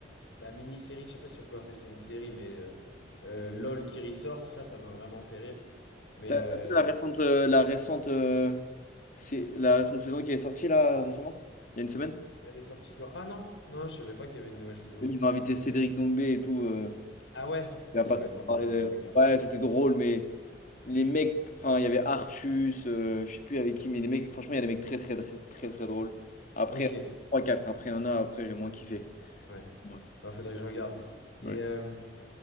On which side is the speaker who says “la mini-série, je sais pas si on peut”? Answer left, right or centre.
Left